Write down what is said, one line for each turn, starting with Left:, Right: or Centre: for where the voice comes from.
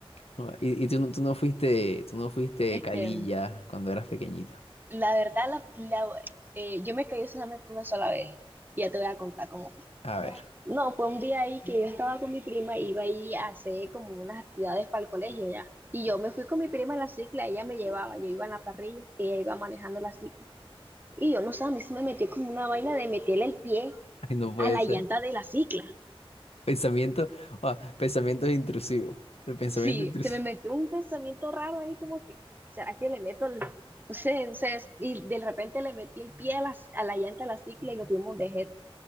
Left: Ah, Y, y tú, no- tú no fuiste, tú no fuiste
Right: Este,
Left: calilla cuando eras pequeñita.
Right: la verdad, la, la- eh, yo me caí solamente una sola vez. Y ya te voy a contar cómo.
Left: A ver,
Right: No, fue un día ahí que yo estaba con mi prima, iba ahí a hacer como unas actividades para el colegio ya. Y yo me fui con mi prima en la cicla, ella me llevaba, yo iba en la parrilla, ella iba manejando la cicla. Y yo no sé, a mí se me metió como una vaina de meterle el pie
Left: <laughs> no puede
Right: a la
Left: ser.
Right: llanta de la cicla.
Left: Pensamiento, ah, pensamientos intrusivos. El pensamiento
Right: Sí,
Left: intrusivo.
Right: se me metió
Left: <laughs>
Right: un pensamiento raro ahí como que, ¿será que le meto el, no sé, no sé, y de repente le metí el pie a la, a la llanta de la cicla y nos fuimos de jet.